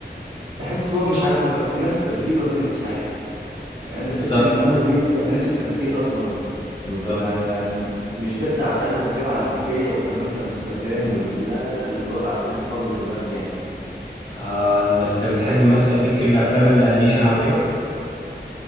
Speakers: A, on the right; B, on the left.
A: تحس هو مش عارف ما بقى ناس التمثيل ولا ايه مش عارف يعني انت
B: بالظبط
A: تحس ان محمد هنيدي بقى ناسي التمثيل اصلا
B: بالظبط
A: ما مش ده بتاع صعيدي في الجامعه الامريكيه وهمام في امستردام ولا لا لا لا، الوضع اختلف خالص دلوقتي يعني
B: آه أنت بتحب مثلا ليك في الأفلام الأنيميشن أو كده؟